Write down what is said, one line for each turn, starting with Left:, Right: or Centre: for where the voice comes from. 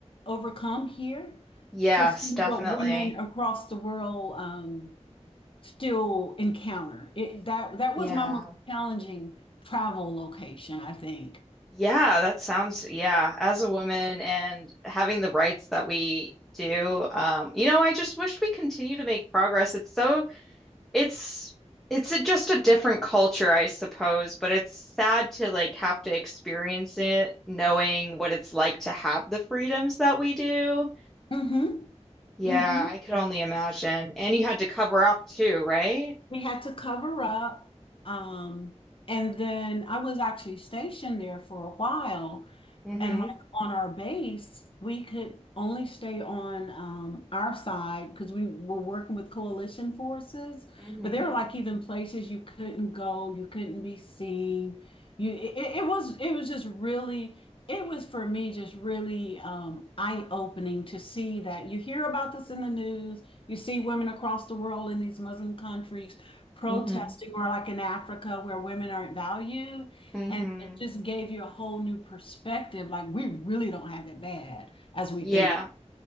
Left: overcome here
Centre: Yes,
Left: to see
Centre: definitely.
Left: what women across the world um still encounter. It that that
Centre: Yeah.
Left: was my most challenging travel location, I think.
Centre: Yeah, that sounds, yeah, as a woman and having the rights that we do, um, you know, I just wish we continue to make progress. It's so It's it's a, just a different culture, I suppose, but it's sad to like have to experience it knowing what it's like to have the freedoms that we do.
Left: hmm
Centre: Yeah,
Left: hmm
Centre: I could only imagine. And you had to cover up too, right?
Left: We had to cover up. Um, and then I was actually stationed there for a while.
Centre: hmm
Left: And like on our base, we could only stay on um, our side because we were working with coalition forces.
Centre: hmm
Left: But there were like even places you couldn't go, you couldn't be seen. You, it, it was it was just really it was for me just really um, eye-opening to see that you hear about this in the news. You see women across the world in these Muslim countries protesting,
Centre: hmm
Left: or like in Africa where women aren't valued.
Centre: hmm
Left: And it just gave you a whole new perspective. Like we really don't have it bad as we
Centre: Yeah.
Left: think.